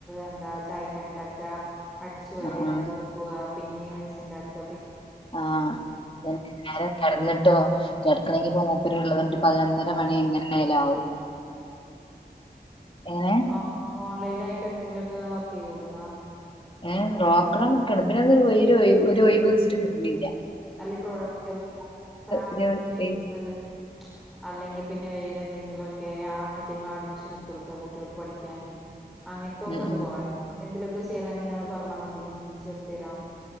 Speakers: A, in the centre; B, on the left.
A: എന്താ ചായ കടീം ഉണ്ടാക്ക അടിച്ചു വാരുക,
B: ആഹ് ആഹ്
A: തുടക്കുക പിന്നെ വെച്ചുണ്ടാക്ക
B: ആഹ് <unintelligible> തന്നെ. ല്ലാരും കെടന്നിട്ടോ കിടക്കണെങ്കിപ്പോ മൂപ്പര് ഉള്ളതൊണ്ട് പതിനൊന്നര മണി എങ്ങനായാലും ആവും എങ്ങനെ
A: ഓൺ ഓൺലൈനിലായിട്ട് എന്തെങ്കിലു ഒക്കെ വർക്ക് ചെയ്ത് കൂടന്നാ
B: ഏഹ് നോക്കണം ന്നൊക്കെ ആണ്. പിന്നെ ഒന്നൊര് ഒയ്വ് ഒരൊഴിവ് വെച്ചിട്ട് കിട്ടണില്ല
A: അല്ല ഈ പ്രൊഡക്റ്റൊ <unintelligible> സാധനങ്ങൾ
B: ഒരു
A: വിക്കുന്നത്
B: ഒരു
A: അല്ലെങ്കിൽ പിന്നെ വേറെ ന്തെങ്കിലു ഒക്കെ ആ മറ്റേങ്ങള് അഡ്മിഷൻ എടുത്ത് കൊടുക്ക കുട്ടികൾക്ക് പഠിക്കാന് അങ്ങൻത്തൊക്കെ
B: ഉം
A: ഇണ്ട്
B: ഉം
A: കുറെ എന്തിലൊക്കെ ചേരണങ്കി ഇന്നോട് പറഞ്ഞാ മതി ഞാൻ ചേർത്ത് തരാം